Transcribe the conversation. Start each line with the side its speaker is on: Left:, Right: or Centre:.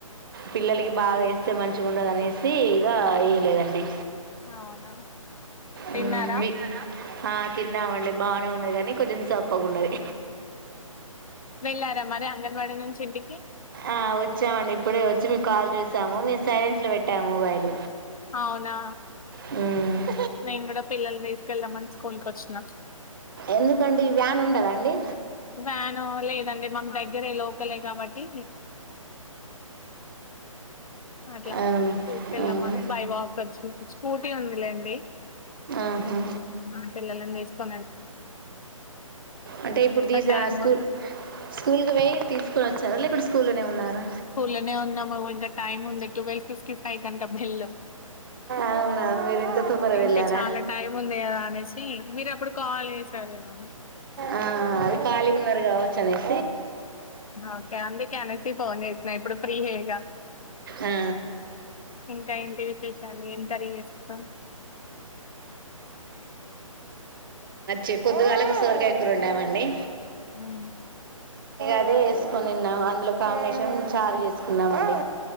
Right: పిల్లలకి బాగా. అస్తే మంచిగా ఉండదునేసి ఇయలేదండి
Left: అవునా తిన్నారా
Right: మ్మ్ మీ ఆ తిన్నమండి బానే ఉన్నది కానీ కొంచెం సప్పగా ఉన్నది.
Left: వెళ్ళారా మరి అంగన్వాడీ నుంచి ఇంటికి.
Right: ఆ వచ్చామండి ఇప్పుడే వచ్చి మీము కాల్ చేసాము మేము సైలెన్స్ లో పెట్టాము మొబైల్.
Left: అవునా
Right: ఆ
Left: నేను కూడా పిల్లల్ని తీసుకెళ్దామని స్కూల్కి వచ్చిన
Right: ఎందుకండి వ్యాన్ ఉండదండి
Left: వ్యాన్ లేదండి మన దగ్గర ఏ లోకలే కాబట్టి అట్లా
Right: అవును
Left: తీసుకెళ్దామని
Right: అవును
Left: బై వాక్ వచి స్కూటీ ఉందిలేండి.
Right: ఆహా
Left: ఆ పిల్లలని తీస్తా
Right: అంటే ఇప్పుడు
Left: ఇంకా
Right: దిస్
Left: టైం
Right: ఆ స్కూల్
Left: ఉంది.
Right: స్కూల్కి పోయి తీసుకొని వచ్చారా లేకుంటే స్కూలనే ఉన్నార్
Left: స్కూల్లోనే ఉన్నాము ఇంకా టైం ఉంది ట్వెల్వ్ ఫిఫ్టీ ఫైవ్ కంట బెల్.
Right: అవునా మీరిఇన్త తొందరగా
Left: ఇంకా
Right: వెళ్ళారా
Left: చాలా టైం ఉంది కదా అనేసి మీరు అప్పుడు కాల్ చేశార్ కదా కాల్
Right: ఆ అది ఖాళీగా ఉన్నారు కావచ్చు అనేసి
Left: ఓకే అందుకనసి ఫోన్ చేసినా ఇప్పుడు ఫ్రీ హే గా
Right: ఆ
Left: ఇంకా ఏంటి విశేశాలు ఎమ్ కర్రీ చేసుకుందాం
Right: చెప్పద్దు వాళ్లకి సొరకాయ, కూరవండ అవ్వండి
Left: హ్మ్
Right: అదే వేసుకొని తిన్నాం అందులో కాంబినేషన్ చారు చేసుకున్నామండి